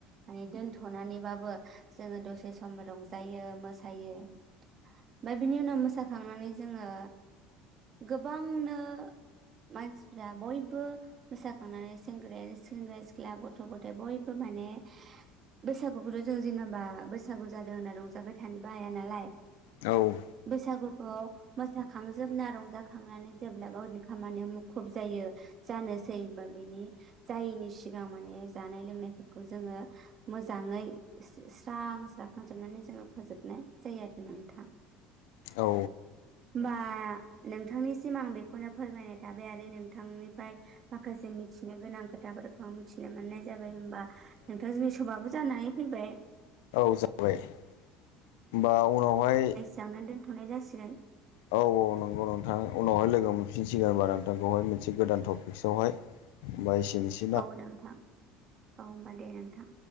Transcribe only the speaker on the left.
औ
औ
औ जाबाय होमबा उनावहाय
औ औ नोंगौ नोंथां उनावहाय लोगो मोनफिनसिगोन होनबा नोंथांखौहाय मोनसे गोदान टपिक्सआवहाय। बाय एसेनि